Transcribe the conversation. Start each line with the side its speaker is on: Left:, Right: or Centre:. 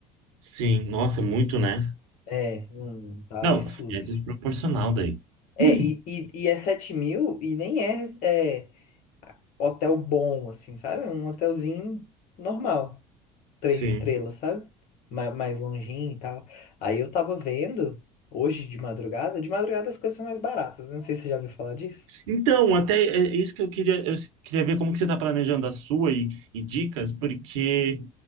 Right: sim. Nossa, é muito, né?
Left: É, não, tá
Right: Não,
Left: absurdo,
Right: é
Left: assim.
Right: desproporcional daí.
Left: É,
Right: <laughs>
Left: e, e, e é 7 mil e nem é, res- é hotel bom, assim, sabe? É Um hotelzinho normal. três
Right: Sim.
Left: estrelas, sabe? Ma- Mais longinho e tal. Aí eu tava vendo, hoje de madrugada, de madrugada as coisas são mais baratas, né? não sei se você já ouviu falar disso.
Right: Então, até é é isso que eu queria, eu queria ver como que você está planejando a sua e, e dicas, porque